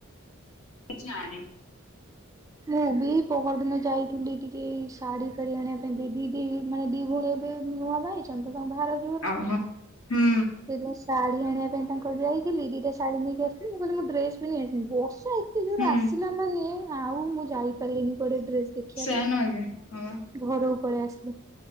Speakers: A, on the left (about 70°); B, on the right (about 15°).
A: କିଛି ଆଣିନି
B: ହୁଁ। ବି ପହର ଦିନେ ଯାଇଥିଲି ଟିକେ ଶାଢୀ କିଣି ଆଣିବା ପାଇଁ ଦି ଦି ମାନେ ଦି ଭଉଣୀ ଏବେ ନୂଆ ବାହା। <unintelligible>
A: ଆହ ହୁଁ।
B: ସେ ଯଉ ଶାଢୀ ଆଣିବା ପାଇଁ ତାଙ୍କର ଯାଇଥିଲି ଦିଟା ଶାଢୀ ନେଇକି ଆସିଥିଲି ମୁଁ କହିଲି ମୋ ଡ୍ରେସ ବି ନେଇ ବର୍ଷା ଏତେ ଜୋର
A: ହୁଁ
B: ଆସିଲା ମାନେ ଆଉ ମୁଁ ଯାଇପାରିଲିନି କୁଆଡେ ଡ୍ରେସ ଦେଖିବାପାଇଁ
A: ସେୟା ନୁହଁ କି ହଁ
B: ଘରକୁ ପଳେଇ ଆସିଲି।